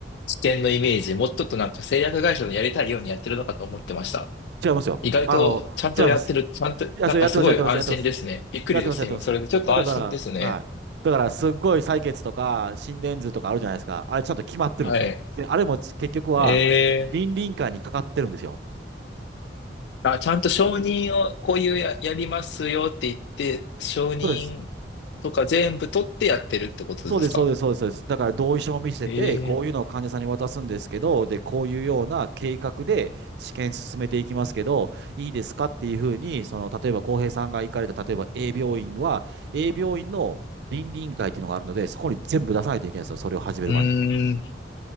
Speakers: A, on the left; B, on the right.
A: 視点のイメージ、もうちょっとなんか製薬会社のやりたいようにやってるのかと思ってました。
B: 違いますよ。
A: 意外とちゃんとやってる、
B: あの、違います。
A: ちゃんと、
B: いや、
A: なんかすごい安心ですね。
B: それやってます、やってます、やってます。
A: びっくりです、
B: やってます、やってます。
A: 今。それでちょっと安心ですね。
B: あ、だから、はい。だから、すっごい採血とか、心電図とかあるじゃないですか。あれ、ちゃんと決まってるんですよ。
A: はい。
B: で、あれも結局は、
A: え
B: 倫理委員会にかかってるんですよ。
A: ー、あ、ちゃんと承認をこういうや、やりますよって言って、承認
B: そうです。
A: とか全部取ってやってるってことですか
B: そうです、そうです、そうです、そうです。だから、同意書を見せて、
A: えー、
B: こういうのを患者さんに渡すんですけど、で、こういうような計画で治験進めていきますけど、いいですかっていうふうに、その、例えば、浩平さんが行かれた、例えば A 病院は、A 病院の倫理委員会っていうのがあるので、そこに全部出さないといけないんですよ。それを始める前に。
A: うーん、